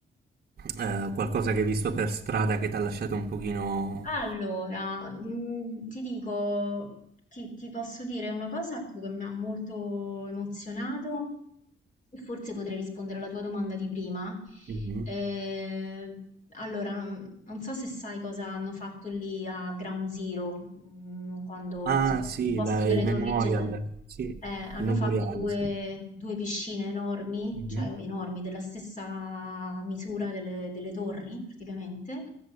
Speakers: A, on the right; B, on the left.
A: eh, qualcosa che hai visto per strada che ti ha lasciato un pochino...
B: Allora, mm, ti dico, ti, ti posso dire una cosa ecco, che mi ha molto emozionato Forse potrei rispondere alla tua domanda di prima.
A: Mhm.
B: Ehm, allora, non non so se sai cosa hanno fatto lì a Ground Zero, mm, quando,
A: Ah,
B: insomma,
A: sì,
B: al posto
A: la-
B: delle
A: il
B: torri
A: memorial,
B: gemelle.
A: sì,
B: Eh, hanno
A: il memoriale,
B: fatto due,
A: sì,
B: due piscine enormi,
A: Mhm.
B: cioè enormi, della stessa misura delle, delle torri, praticamente,